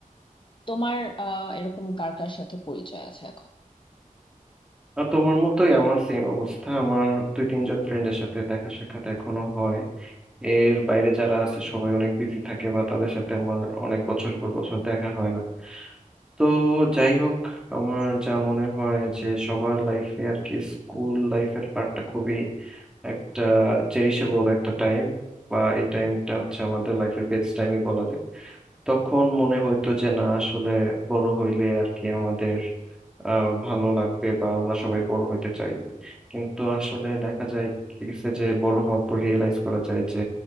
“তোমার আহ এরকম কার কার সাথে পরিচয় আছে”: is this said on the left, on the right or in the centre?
Left